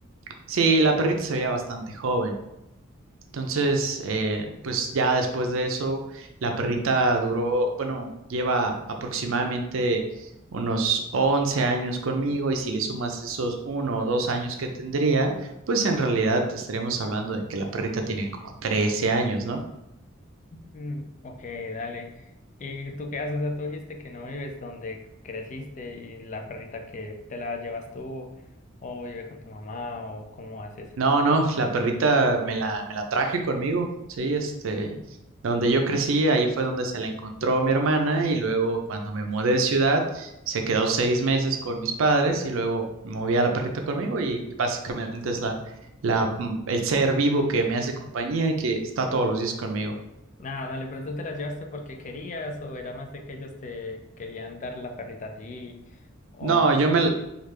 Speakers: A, on the right; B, on the left.
A: sí, la perrita se veía bastante joven. Entonces, eh, pues ya después de eso, la perrita duró, bueno, lleva aproximadamente unos 11 años conmigo y si le sumas esos uno o dos años que tendría, pues en realidad estaríamos hablando de que la perrita tiene como 13 años, ¿no?
B: Mm, ok, dale. ¿Y tú qué haces? O sea, tú dijiste que no vives donde creciste y la perrita que te la llevas tú o vive con tu mamá o cómo haces.
A: No, no, la perrita me la, me la traje conmigo, sí, este, donde yo crecí, ahí fue donde se la encontró mi hermana y luego cuando me mudé de ciudad, se quedó seis meses con mis padres y luego moví a la perrita conmigo y básicamente es la, la, mm, el ser vivo que me hace compañía y que está todos los días conmigo.
B: Nada, dale, pero tú te la llevaste porque querías o era más de que ellos te querían dar la perrita a ti o
A: No,
B: cómo
A: yo me,
B: fue.